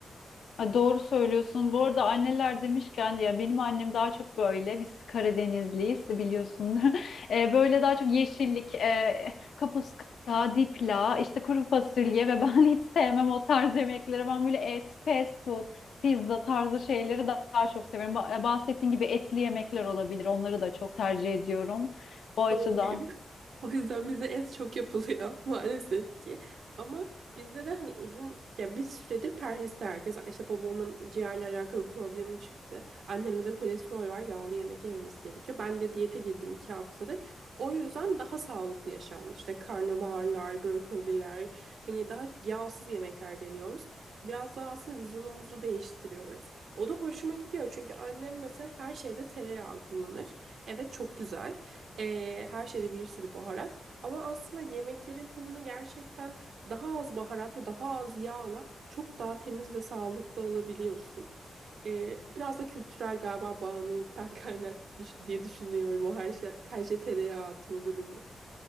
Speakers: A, on the left (about 80°); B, on the right (about 80°).
A: Ay, Doğru söylüyorsun. Bu arada anneler demişken ya benim annem daha çok böyle biz Karadenizliyiz biliyorsundur. <laughs> E, böyle daha çok yeşillik, e, kapuska, dipla, işte kuru fasulye ve <laughs> ben hiç sevmem o tarz yemekleri. Ben böyle et, fast food, pizza tarzı şeyleri da- daha çok severim. Ba- e, Bahsettiğin gibi etli yemekler olabilir. Onları da çok tercih ediyorum. O açıdan.
B: Doğruyum. O yüzden bize es çok yapılıyor <laughs> maalesef ki. Ama bizde de hani uzun ya bir süredir perhiste herkes işte babamın ciğerle alakalı problemi çıktı. Annemde de kolesterol var yağlı yemek yememiz gerekiyor. Ben de diyete girdim iki haftadır. O yüzden daha sağlıklı yaşam işte karnabaharlar, brokoliler hani daha yağsız yemekler deniyoruz. Biraz daha aslında vizyonumuzu değiştiriyoruz. O da hoşuma gidiyor çünkü annem mesela her şeyde tereyağı kullanır. Evet çok güzel. Ee, her şeyde bir sürü baharat. Ama aslında yemeklerin tadını gerçekten daha az baharat ve daha az yağla çok daha temiz ve sağlıklı alabiliyorsun. Ee, biraz da kültürel galiba bağımlılıktan <laughs> kaynak düş- diye düşünüyorum o her şey her şey tereyağı atma durumu.